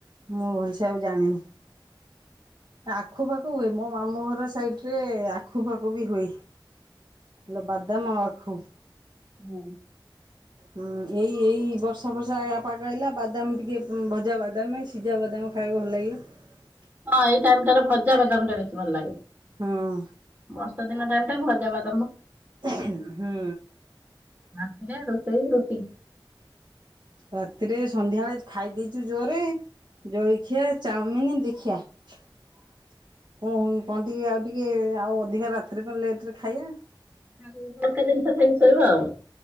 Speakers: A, on the right; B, on the right.
A: ମୁଁ ଭଲସେ ଆଉ ଜାଣିନି। ଆଖୁ ପାଖ ହୁଏ, ମୋ ମାମୁଁ ଘର ସାଇଡରେ ଆଖୁ ପାାଖୁ ବି ହୁଏ। ଲ ବାଦାମ। ହଉ।
B: ହୁଁ।
A: ହୁଁ ଏଇ ଏଇ ବର୍ଷା ଫର୍ଷା ୟା ପାଗ ଆଇଲା ବାଦାମ ଟିକେ ମ ଭଜା ବାଦାମ। ସିଜ୍ଜା ବାଦାମ ଖାଇବ ଭଲ ଲାଗିବ।
B: ହଁ ଏଇ ଟାଇମ ଟାରେ ଭଜା ବାଦାମଟା ବେଶ ଭଲ ଲାଗେ।
A: ହଁ
B: <inaudible> ମଟନ୍। ଏଇନା ଟାଇମଟା ଭଜା ବାଦ୍
A: ଉହୁ ହୁଁ।
B: ରାତିରେ ରୋସେଇ ରୁଟି।
A: ରାତିରେ ସନ୍ଧ୍ୟାବେଳେ ଖାଇ ଦେଇଛୁ ଜୋରେ। ଜଳଖିଆ ଚାଉମିନି। ଦେଖିଆ। <inaudible> କଣ ହ କଣ ଟିକେ ଆଉ ଟିକେ ଆଉ ଅଧିକା ରାତିରେ ବା ଲେଟରେ ଖାଇଆ।
B: ହାଲୁକା ଜିନିଷ ଖାଇକି ଶୋଇବ ଆଉ।